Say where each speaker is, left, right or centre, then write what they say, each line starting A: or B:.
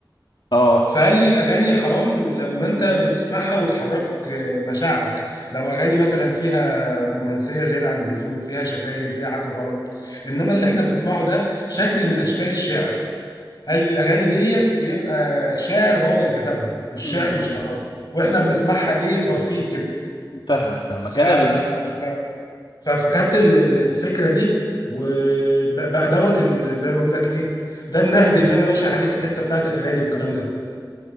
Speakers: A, on the left; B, on the left.
A: اه
B: فقال لي الاغاني حرام لما انت بتسمعها وتحرك مشاعرك لو اغاني مثلا فيها رومانسيه زياده عن اللزوم فيها شتايم فيها حاجه غلط انما اللي احنا بنسمعه ده شكل من اشكال الشعر قال
A: أمم.
B: لي الاغاني ديت بيبقى شاعر هو اللي كتبها والشعر
A: أمم.
B: مش حرام واحنا بنسمعها ايه ترفيه كده
A: فاهمك فاهمك
B: ف... ف...
A: انا بن
B: ف... فخدت ال- ال- الفكره دي وبقى دوت ال- زي ما اقول لك ايه ده النهج اللي انا ماشي عليه في الحته بتاعت الاغاني والكلام ده